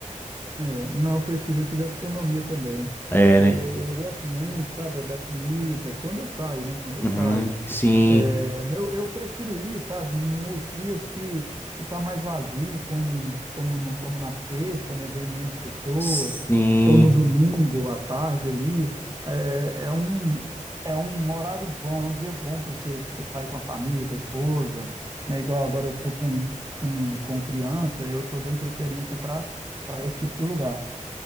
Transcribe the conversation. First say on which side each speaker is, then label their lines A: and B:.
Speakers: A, on the right (about 30°); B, on the left (about 15°).
A: É, não, eu prefiro de gastronomia também.
B: É,
A: Eu,
B: né?
A: eu, eu gosto muito, sabe, é da comida, quando eu saio, né? Quando
B: Uhum,
A: eu saio.
B: sim,
A: É, eu, eu prefiro ir, sabe, nos dias que que está mais vazio, como, como, no- como na sexta, né, vem menos pessoas,
B: sim.
A: ou no domingo à tarde ali, é, é um, é um horário bom, é um dia bom para você, pra você sair com a família, com a esposa, né, igual agora eu tô com, com, com criança, eu tô dando preferência para para esse tipo de lugar,